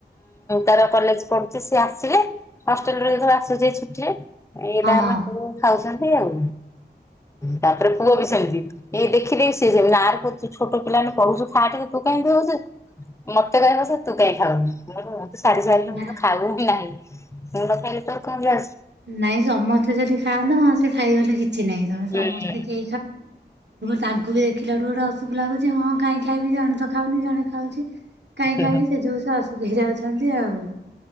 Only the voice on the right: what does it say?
ହଁ
ନା
ନାଇଁ ସମସ୍ତେ ଯଦି ଖାଆନ୍ତି, ହଁ ସେ ଖାଇ ତେଣୁକରି
ତାଙ୍କୁ ବି ଦେଖିଲା ଠୁ ଗୋଟେ ଅଶୁଖ ଲାଗୁଛି, ହଁ କାହିଁକି ଖାଇବି ଜଣେ ତ ଖାଉନି ଜଣେ ଖାଉଛି <inaudible> କାଇକି
ଖାଇବି? ସେ ଯୋଉ ଅସୁଖ ହେଇ ଯାଉଛନ୍ତି ଆଉ।